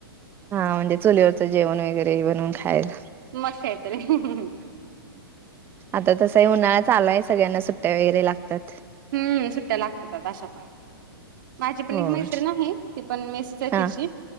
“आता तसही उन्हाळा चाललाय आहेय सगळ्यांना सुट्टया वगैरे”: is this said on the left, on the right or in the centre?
Right